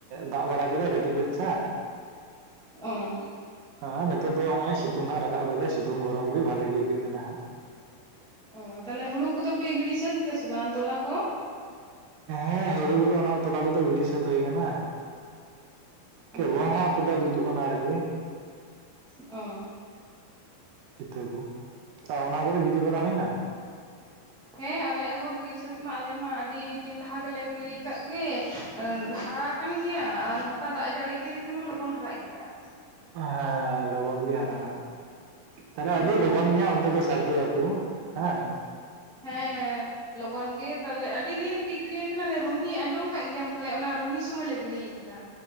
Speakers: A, on the right; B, in the centre.
A: ᱫᱟᱜ ᱵᱟᱲᱟ ᱠᱮᱫᱟᱭ ᱠᱟᱹᱴᱤᱡ ᱠᱟᱪᱷᱟ,
B: ᱚ
A: ᱟᱨ ᱱᱤᱛᱚᱜ ᱫᱚ ᱱᱚᱜ-ᱚᱭ ᱥᱤᱛᱩᱝ ᱦᱟᱸᱜ ᱨᱟᱠᱟᱵ ᱟᱠᱟᱫᱟᱭ ᱥᱤᱛᱩᱝ ᱜᱚᱨᱚᱢ ᱜᱮ ᱵᱷᱟᱞᱮ ᱜᱮ ᱟᱹᱭᱠᱟᱹᱜ ᱠᱟᱱᱟ ᱦᱟᱸᱜ᱾
B: ᱚ ᱛᱟᱦᱚᱞᱮ ᱦᱩᱲᱩ ᱠᱚᱫᱚ ᱯᱮ ᱜᱤᱲᱰᱤ ᱥᱟᱹᱛ ᱠᱮᱫᱟ ᱥᱮ ᱵᱟᱝ ᱛᱚᱞᱟ ᱠᱚ?
A: ᱦᱮᱸ ᱦᱩᱲᱩ ᱠᱚᱫᱚ ᱚᱱᱟ ᱛᱚᱞᱟ ᱠᱚᱫᱚ ᱜᱤᱰᱤ ᱥᱟᱹᱛ ᱦᱩᱭ ᱟᱠᱟᱱᱟ ᱾ ᱠᱮᱵᱚᱞ
B: ᱚ
A: ᱦᱟᱸᱜ ᱯᱷᱳᱴᱳ ᱛᱩᱫᱩᱜ ᱠᱟᱱᱟ ᱟᱨᱠᱤ
B: ᱚ
A: ᱤᱛᱟᱹ ᱠᱚ ᱟᱪᱪᱷᱟ ᱚᱱᱟ ᱠᱚᱨᱮ ᱜᱤᱰᱤ ᱵᱟᱲᱟ ᱦᱩᱭ ᱮᱱᱟ?
B: ᱦᱮᱸ ᱟᱞᱮᱭᱟᱜ ᱦᱚᱸ ᱜᱤᱲᱤ ᱥᱟᱹᱛ ᱢᱟ ᱟᱞᱮ ᱢᱟ ᱟᱹᱰᱤ ᱫᱤᱱ ᱞᱟᱦᱟ ᱜᱮᱞᱮ ᱜᱤᱲᱤ ᱟᱠᱟᱫ ᱜᱮ᱾ ᱦᱟᱨᱟ ᱟᱠᱟᱱ ᱜᱮᱭᱟ ᱟᱨ ᱱᱚᱝᱠᱟ ᱫᱟᱜ ᱡᱟᱹᱲᱤ ᱤᱫᱤ ᱞᱮᱠᱷᱟᱱ ᱢᱟ ᱞᱚᱜᱚᱱ ᱦᱟᱨᱟᱜ ᱜᱮᱭᱟ᱾
A: ᱦᱮᱸ ᱞᱚᱜᱚᱱ ᱜᱮ ᱦᱟᱨᱟᱜ-ᱟ ᱛᱟᱦᱚᱞᱮ ᱟᱹᱰᱤ
B: ᱦᱩᱸ
A: ᱞᱚᱜᱚᱱ ᱜᱮ ᱚᱱᱛᱮ ᱫᱚ ᱥᱟᱨᱫᱤ ᱟᱠᱚ ᱦᱮᱸ ᱵᱟᱝ
B: ᱦᱮᱸ ᱞᱚᱜᱚᱱ ᱜᱮ ᱛᱟᱦᱚᱞᱮ ᱟᱹᱰᱤ ᱫᱤᱱ ᱨᱤᱜᱤ ᱜᱤᱲᱤ ᱦᱩᱭ ᱟᱠᱟᱱᱟ ᱨᱩᱱᱦᱤ ᱟᱸᱡᱚᱢ ᱟᱠᱟᱫ ᱜᱮᱭᱟᱢ ᱯᱟᱞᱮ ᱚᱱᱟ ᱨᱩᱱᱦᱤ ᱥᱩᱢᱚᱭᱞᱮ ᱜᱤᱰᱤ ᱠᱟᱫᱟ